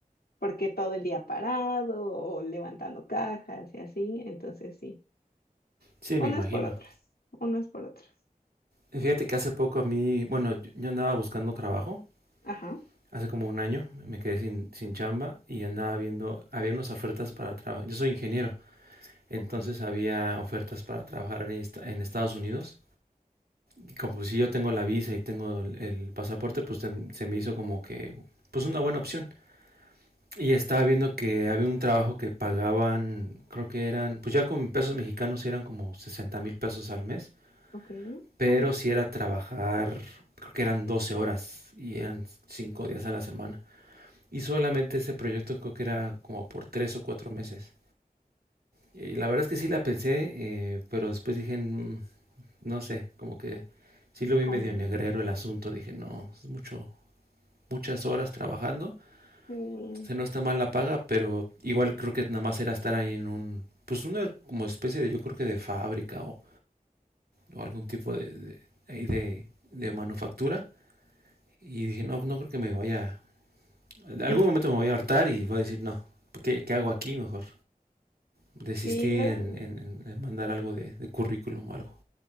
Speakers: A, on the left; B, on the right.
A: porque todo el día parado o levantando cajas y así, entonces sí,
B: Sí,
A: unas
B: me imagino.
A: por otras, unas por otras.
B: Y Fíjate que hace poco a mí, bueno, yo yo andaba buscando trabajo.
A: Ajá,
B: Hace como un año me quedé sin, sin chamba y andaba viendo, había unas ofertas para trabajo. Yo soy ingeniero Entonces
A: ok,
B: había ofertas para trabajar en, en Estados Unidos. Y como pues, si yo tengo la visa y tengo el, el pasaporte, pues se me hizo como que pues una buena opción. Y estaba viendo que había un trabajo que pagaban, creo que eran, pues ya con pesos mexicanos eran como sesenta mil pesos al mes,
A: ok,
B: pero
A: está bien.
B: si sí era trabajar, creo que eran 12 horas y eran 5 días a la semana. Y solamente ese proyecto creo que era como por 3 o 4 meses. Y la verdad es que sí la pensé, eh, pero después dije, "Mm, no sé, como que sí lo vi
A: Con...
B: medio negrero el asunto. Dije, no, es mucho, muchas horas trabajando.
A: Sí,
B: Entonces no está mal la paga, pero igual creo que nada más era estar ahí en un, pues una como especie de, yo creo que de fábrica o, o algún tipo de, de- ahí de, de manufactura. Y dije, no, no creo que me vaya, en algún
A: <laughs>
B: momento me voy a hartar y voy a decir, no, ¿qué, qué hago aquí? Mejor desistí
A: sí, luego,
B: en, en- en- mandar algo de, de currículum o algo.